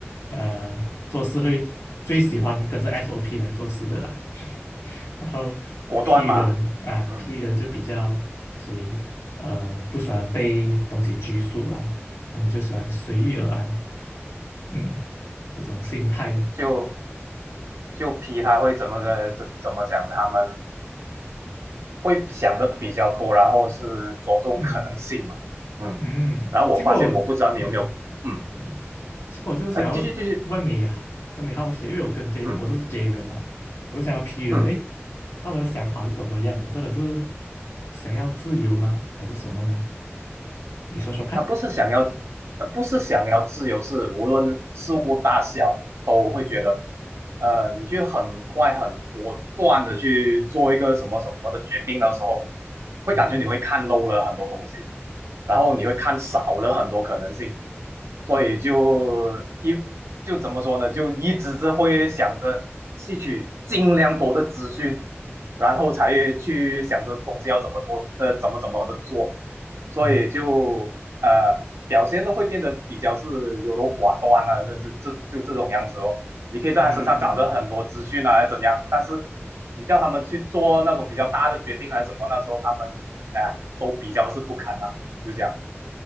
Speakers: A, on the left; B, on the right.
A: 呃，做事会最喜欢跟着 SOP 来做事的啦。<laughs> 然后
B: 果断嘛，
A: P 人啊，P
B: 嗯，
A: 人就比较属于呃不喜欢被东西拘束啊，他们就喜欢随遇而安，嗯，这种心态，
B: 就就批他会怎么的怎怎么想的，他们会想的比较多，然后是着重可能性嘛，
A: 嗯
B: 嗯，
A: 嗯，
B: 然后我发现我不知道你有没有，
A: 结果嗯。
B: 嗯，
A: 嗯，其实我就想要问你啊，
B: 那继续继续，
A: 跟你好奇，因为我跟 J
B: 嗯
A: 我是 J 人嘛，我就想要 P 人，
B: 嗯。
A: 诶，他们的想法是怎么样的？真的是想要自由吗？还是什么呢？你说说看。
B: 他不是想要，他不是想要自由，是无论事物大小都会觉得，
A: 嗯
B: 呃，你去很快、很果断的去做一个什么什么的决定的时候，会感觉你会看漏了很多东西，
A: 嗯
B: 然后你会看少了很多可能性，所以就一就怎么说呢，就一直是会想着吸取尽量多的资讯，然后才去想着东西要怎么做，呃，怎么怎么的做。所以就呃表现都会变得比较是优柔寡断啊，
A: 嗯
B: 这这这就这种样子哦。你可以在他身上找到很多资讯啊，
A: 嗯
B: 怎样？但是你叫他们去做那种比较大的决定啊还是什么，那时候他们哎、呃都比较是不肯啊，就这样。